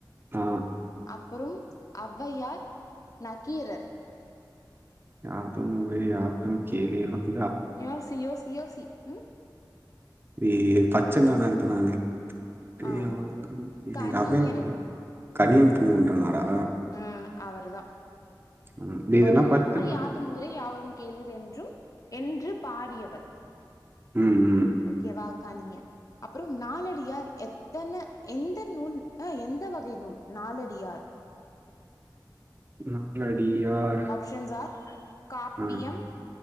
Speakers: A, on the right (about 30°); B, on the left (about 50°).
A: அ
B: அப்புறும் ஒளவையார் நக்கீரர்
A: யாதும் ஊரே யாவரும் கேளிரும்
B: ய்யாசி யோசி யோசி ம்
A: ஏ பட்ச்னேன்டா நா இத நானு எ
B: ஆம்
A: யாவரும் கேளிர்
B: கணியன்
A: ஒளவையார் தான கனியன் பூங்குன்றனாரா
B: உம் அவரு தா
A: ம் டேய்
B: கொஸ்ஸின்
A: இதெல்லா பச்சண்டா
B: என்னன்னா யாதும் ஊரே யாவரும் கேளிர் என்றும் என்று பாடியவர்
A: ம் ம்
B: ஓகே வா கனியன் அப்புறோ நாலடியார் எத்தன எந்த நூல் அ எந்த வகை நூல் நாலடியார்
A: நாலடியார்
B: ஷன்ஸார் காப்பியம்
A: ஆ